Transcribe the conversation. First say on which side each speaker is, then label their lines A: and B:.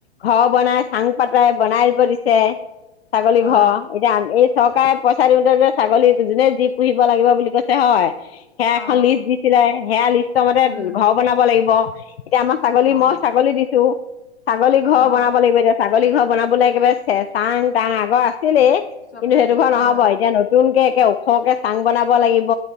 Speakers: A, on the left (about 70°); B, on the left (about 85°).
A: ঘৰ বনাই চাং পাতাই বনাই দিব দিছে ছাগলী
B: অ
A: ঘৰ, এতিয়া <unintelligible> এই চৰকাৰে পইচা দিওঁতে যে, ছাগলী জোনে যি পুহিব লাগিব বুলি কৈছে হয়। সেয়া এখন
B: অ
A: লিষ্ট দিছিলে, সেয়া লিষ্ট মতে
B: উম
A: ঘৰ বনাব লাগিব। এতিয়া আমাক ছাগলী,
B: অ
A: মই ছাগলী দিছোঁ। ছাগলী ঘৰ
B: অ
A: বনাব লাগিব এতিয়া ছাগলী ঘৰ বনাবলৈ একেবাৰে চে চাং-তাং আগৰ <unintelligible> ছিলেই
B: চব
A: কিন্তু
B: লাগিব
A: সেইটো ঘৰ নহ'ব,
B: অ
A: এতিয়া নতুনকে একে ওখকে চাং বনাব লাগিব।